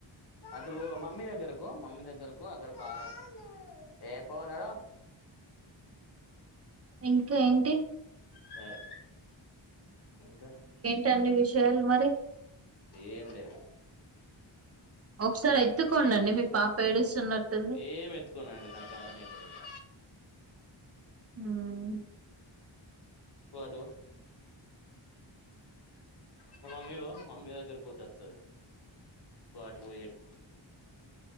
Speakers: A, on the left; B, on the right.
A: అటు బో మమ్మీ దగ్గరకు మమ్మీ దగ్గరకు అక్కడ పాలు ఏపో నడు
B: ఇంక ఏంటి
A: సరే ఇంకా
B: టన్ని విషయాలు మరి
A: ఏం లేదు
B: ఒకసారి ఎత్తుకోండండి
A: ఏం లేదు
B: మీ పాప ఏడుస్తున్నట్టుంది
A: ఏం ఎత్తుకోనండి నాకు చేతనైతలేదు
B: హ్మ్
A: పో అటు పో మమ్మీ పో మమ్మీ దగ్గరకి పోతే అత్తది పో అటు పొయి ఏడుపో